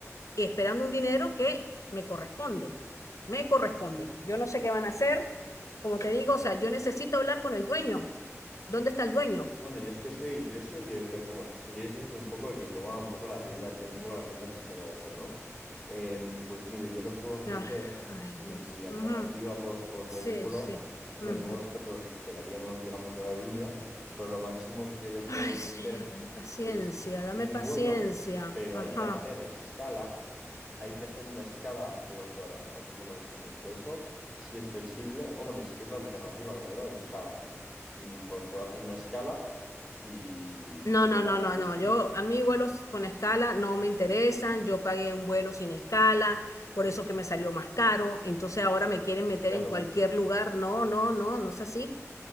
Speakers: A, on the left; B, in the centre.
A: y esperando un dinero que me corresponde. Me corresponde. Yo no sé qué van a hacer. Como te digo, o sea, yo necesito hablar con el dueño. ¿Dónde está el dueño?
B: Bueno, yo es que soy, yo soy el director comercial. O sea, yo soy un poco el que toma un poco la rienda, lleva un poco las riendas de este negocio, ¿no? Em, pues mire, yo le puedo ofrecer
A: Ah, ay,
B: mi,
A: Dios.
B: mi alternativa
A: Ujú.
B: por, por,
A: Sí,
B: por el vuelo.
A: sí.
B: Hombre,
A: Ujú.
B: luego nosotros lo recuperaríamos, digamos, de la aerolínea, pero lo máximo que le puedo
A: Ay,
B: ofrecer
A: señor, dame paciencia,
B: es
A: dame
B: un
A: paciencia.
B: vuelo, pero
A: Ajá.
B: hay que hacer escala, hay que hacer una escala de 12 horas. No sé cómo le siento a usted eso, si es flexible. Hombre, es que es la alternativa que le doy. O sea, mm, pu- puedo hacer una escala y,
A: No,
B: y
A: no,
B: llegar
A: no,
B: a
A: no,
B: su destino.
A: no. Yo, a mí vuelos con escala no me interesan. Yo pagué un vuelo sin escala, por eso que me salió más caro. Entonces ahora me quieren meter
B: Claro.
A: en cualquier lugar. No, no, no, no es así.